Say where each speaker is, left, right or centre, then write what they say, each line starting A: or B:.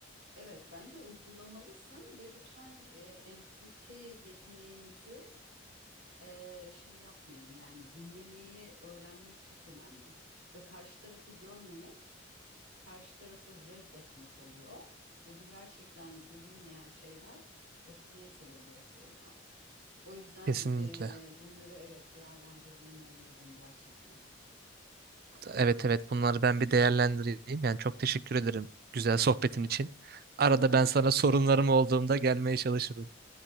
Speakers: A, on the right (about 80°); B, on the right (about 50°).
A: evet bence uygulamalısın ve lütfen e, empati yeteneğinizi e, şey yapmayın. Yani dinlemeyi öğrenmek çok önemli ve karşı tarafı görmemek karşı tarafı reddetmek oluyor ve bu gerçekten görülmeyen şeyler öfkeye sebebiyet veriyor. O yüzden
B: kesinlikle.
A: eee, bunları evet değerlendirmeni öneririm gerçekten.
B: Evet evet bunları ben bir değerlendireyim. Yani çok teşekkür ederim güzel sohbetin için. Arada
A: Ben
B: ben
A: teşekkür
B: sana sorunlarım
A: ederim.
B: olduğumda gelmeye çalışırım.